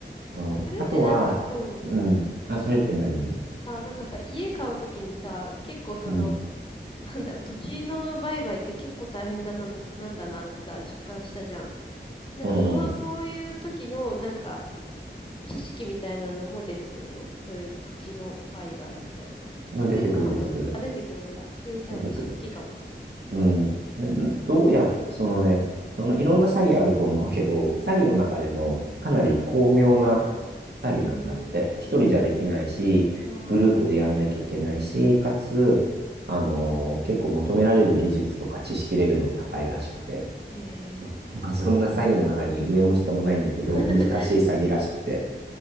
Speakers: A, on the right; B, on the left.
A: うん、
B: それってなんか、
A: あとは、
B: うん。
A: うん。あ、それって何
B: あ、なんかさ、家買うときにさ、結構その、
A: うん。
B: なんだろう、土地の売買って結構大変だな、なんだなってさ、実感したじゃん。なんかその、
A: うん。
B: そういう時の、なんか、知識みたいなのも出てくるのそういう土地の売買みたいな。
A: うん出てくる、
B: それとはま、
A: 出てくる。
B: あ、出てくるんだ。えー、じゃあ私好きかも。
A: 出てくる。うん。うんどうや、そのね、そのいろんな詐欺あると思うけど、<laughs> 詐欺の中でもかなり巧妙な
B: うん。う
A: 詐欺なんだって。
B: ーん。
A: 一人じゃできないし、
B: ああ、
A: グループでやんなきゃいけないし、かつ、あのー結構求められる技術とか知識レベルも高いらしくて、
B: え
A: まあ、そんな詐欺の中に上も下もないんだけど、
B: ええ
A: 難しい詐欺らしくて。
B: <laughs>